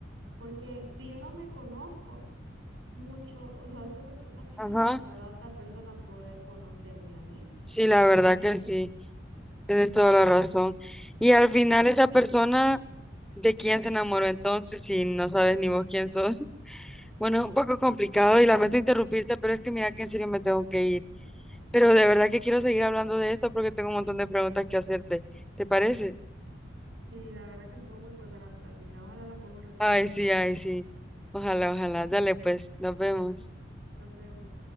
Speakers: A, on the right; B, in the centre.
A: porque si yo no me conozco, mucho, o sea, va a ser mucho más difícil
B: ajá,
A: para la otra persona poder conocerme a mí.
B: sí, la verdad
A: En-
B: que sí. Tienes toda la razón. Y al final esa persona de quién se enamoró entonces si no sabes ni vos quién sos. <laughs> Bueno, un poco complicado y lamento interrumpirte, pero es que mira que en serio me tengo que ir. Pero de verdad que quiero seguir hablando de esto porque tengo un montón de preguntas que hacerte. ¿Te parece?
A: sí, la verdad que estuvo muy buena la plática. Ojalá la podamos retomar
B: Ay,
A: pronto.
B: sí, ay, sí. Ojalá, ojalá. Dale, pues, nos vemos.
A: Nos vemos.